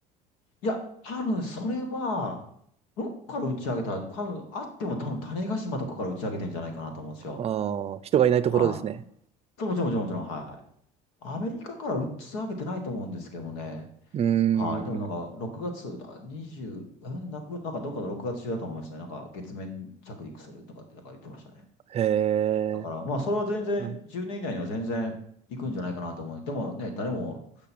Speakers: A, on the left; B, on the right.
A: いや、多分それは、どっから打ち上げた、多分あっても多分種子島とかから打ち上げてんじゃないかなと思うんですよ。
B: ああー、人がいないところですね。
A: はい。そうもちろん、もちろん、もちろん、はい。アメリカから打ち上げてないと思うんですけどもね。
B: うーん。
A: はい。でもなんか、6月だ、20、え、なく、なんかどっかの6月中だと思いましたね。なんか、月面着陸するとかってなんか言ってましたね。
B: へえ。
A: だから、まあ、それは全然、
B: うん
A: 10年以内には全然行くんじゃないかなと思う。でもね、誰も、